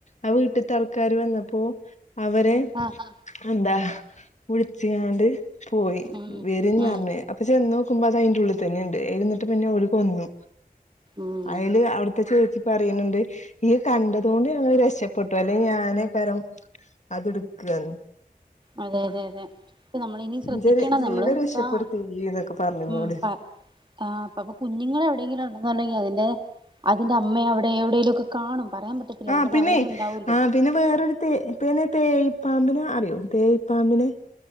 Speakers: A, on the left (about 50°); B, on the right (about 30°).
A: ആ വീട്ടത്തെ ആൾക്കാര് വന്നപ്പോ അവരെ
B: ആഹ്
A: എന്താ വിളിചിങ്ങാണ്ട് പോയി
B: ഉം
A: വരുന്ന്
B: ഉം
A: പറഞ്ഞ് അപ്പൊ ചെന്ന് നോക്കുമ്പോ അത് അതിന്റെഉള്ളിൽ തന്നെ ഇണ്ട് എന്നിട്ട് പിന്നെ ഓര് കൊന്നു
B: ഉം
A: അയില് അവിടുത്തെ ചേച്ചി പറയുന്നുണ്ട് ഈ കണ്ട തുകൊണ്ട് ഞാങ്ങള് രക്ഷപ്പെട്ടു അല്ലെ ഞാനെയ്ക്കാരം അത് എടുക്കന്ന്
B: അതെ അതെ അതെ പ്പ നമ്മളിനി ശ്രദ്ധിക്കണം
A: ഇന്റെ ജീവൻ
B: നമ്മള്
A: രക്ഷപ്പെടുത്തി
B: ഇപ്പ ആ
A: ഇയ്യ് ന്നൊക്കെ പറഞ്ഞു ഇന്നോട്
B: ഉം പറ ആഹ് അപ്പ അപ്പൊ കുഞ്ഞുങ്ങ എടെയെങ്കിലും ഒണ്ടേന്നുണ്ടെങ്കിൽ അതിന്റെ അതിന്റെ അമ്മയവിടെ എവിടെലും ഒക്കെ കാണും പറയാൻ പറ്റത്തില്ല
A: ആ
B: അതിന്റെ
A: പിന്നെ
B: തള്ളയും ഉണ്ടാവല്ലോ
A: ആ പിന്നെ വേറൊരു തേ പിന്നെ തേയിപ്പാമ്പിനെ അറിയോ തേയിപ്പാമ്പിനെ